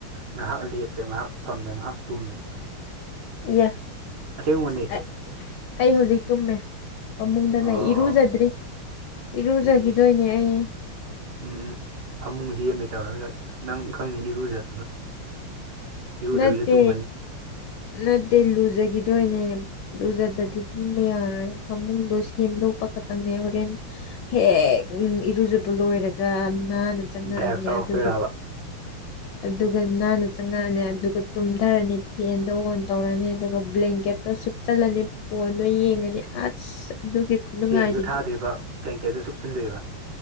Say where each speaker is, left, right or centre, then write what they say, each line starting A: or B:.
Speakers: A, on the right; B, on the left.
A: ꯉꯥꯏꯍꯥꯛ ꯂꯦꯞꯄꯦ ꯉꯥꯏꯍꯥꯛ ꯐꯝꯃꯦ ꯉꯥꯏꯍꯥꯛ ꯇꯨꯝꯃꯦ
B: ꯌꯦ
A: ꯑꯁꯦꯡꯕꯅꯦ
B: <inaudible> ꯑꯩ ꯍꯧꯖꯤꯛ ꯇꯨꯝꯃꯦ ꯄꯥꯃꯨꯡꯗ ꯂꯩ
A: ꯑꯣ
B: ꯏꯔꯨꯖꯗ꯭ꯔꯤ ꯏꯔꯨꯖꯈꯤꯗꯣꯏꯅꯦ
A: ꯏꯁ
B: ꯑꯩ
A: ꯎꯝ ꯎꯝ ꯐꯃꯨꯡ ꯍꯦꯝꯃꯦ ꯇꯧꯔꯒ ꯅꯪ ꯈꯪꯅꯤ ꯏꯔꯨꯖꯔꯒ ꯏꯔꯨꯗꯕꯤꯗ
B: ꯅꯠꯇꯦ
A: ꯇꯨꯝꯃꯅꯤ
B: ꯅꯠꯇꯦ ꯂꯨꯖꯈꯤꯗꯣꯏꯅꯦ ꯂꯨꯖꯗꯗꯤ ꯇꯨꯝꯕ ꯌꯥꯔꯣꯏ ꯐꯃꯨꯡꯗꯣ ꯁꯦꯝꯗꯣꯛꯄ ꯈꯛꯇꯪꯅꯦ ꯍꯣꯔꯦꯟ ꯍꯦꯛ ꯏꯔꯨꯖꯕ ꯂꯣꯏꯔꯒ ꯅꯍꯅ ꯆꯪꯉꯑꯅꯤ
A: ꯗꯥꯏꯞ ꯇꯧꯔꯛꯇꯣꯏꯔꯕ
B: ꯑꯗꯨꯕꯨ ꯑꯗꯨꯒ ꯅꯥꯟꯅ ꯆꯪꯉꯛꯑꯅꯤ ꯑꯗꯨꯒ ꯇꯨꯝꯊꯔꯅꯤ ꯐꯦꯟ ꯗꯣ ꯑꯣꯟ ꯇꯧꯔꯅꯤ ꯑꯗꯨꯒ ꯕ꯭ꯂꯦꯡꯀꯦꯠꯇꯣ ꯁꯨꯞꯆꯜꯂꯅꯤ ꯐꯣꯟꯗꯣ ꯌꯦꯡꯉꯅꯤ ꯑꯁ ꯑꯗꯨꯒꯤ ꯈꯨꯅꯨꯡꯉꯥꯏꯁꯤꯗꯤ
A: ꯐꯦꯟꯁꯨ ꯊꯥꯗꯣꯏꯕ ꯕ꯭ꯂꯦꯡꯀꯦꯠꯁꯨ ꯁꯨꯞꯆꯤꯟꯗꯣꯏꯕ